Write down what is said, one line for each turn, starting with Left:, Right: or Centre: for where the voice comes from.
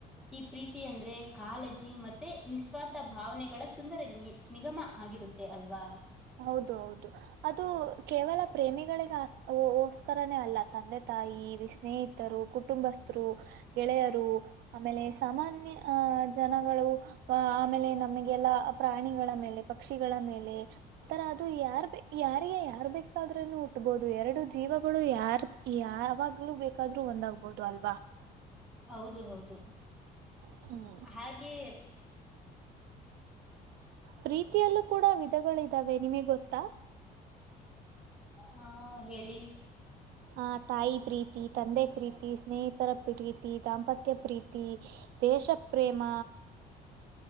Centre: ಈ ಪ್ರೀತಿ ಅಂದ್ರೆ ಕಾಳಜಿ ಮತ್ತೆ ನಿಸ್ವಾರ್ಥ ಭಾವನೆಗಳ ಸುಂದರ ನಿ ನಿಗಮ ಆಗಿರುತ್ತೆ ಅಲ್ವಾ
Right: ಹೌದು ಹೌದು ಅದು ಕೇವಲ ಪ್ರೇಮಿಗಳಿಗೆೋಸ್ಕರನೇ ಅಲ್ಲ ತಂದೆ ತಾಯಿ ಸ್ನೇಹಿತರು ಕುಟುಂಬಸ್ಥರು ಗೆಳೆಯರು ಆಮೇಲೆ ಸಾಮಾನ್ಯ ಅಹ ಜನಗಳು ಆಮೇಲೆ ನಮಗೆಲ್ಲ ಪ್ರಾಣಿಗಳ ಮೇಲೆ ಪಕ್ಷಿಗಳ ಮೇಲೆ ತರ ಅದು ಯಾರ್ ಬ ಯಾರಿಗೆ ಯಾರ್ ಬೇಕಾದ್ರೂನು ಹುಟ್ಬಹುದು ಎರಡು ಜೀವಗಳು ಯಾರ್ ಯಾವಾಗ್ಲೂ ಬೇಕಾದ್ರೂ ಒಂದಾಗಬಹದು ಅಲ್ವಾ
Centre: ಹೌದು ಹೌದು
Right: ಹ್ಮ್
Centre: ಹಾಗೆ
Right: ಪ್ರೀತಿಯಲ್ಲೂ ಕೂಡ ವಿಧಗಳಿದ್ದಾವೆ ನಿಮಗೆ ಗೊತ್ತಾ
Centre: ಹಾ ಹೇಳಿ
Right: ಆ ತಾಯಿ ಪ್ರೀತಿ ತಂದೆ ಪ್ರೀತಿ ಸ್ನೇಹಿತರ ಪ್ರೀತಿ ದಾಂಪತ್ಯ ಪ್ರೀತಿ ದೇಶ ಪ್ರ್ರೇಮ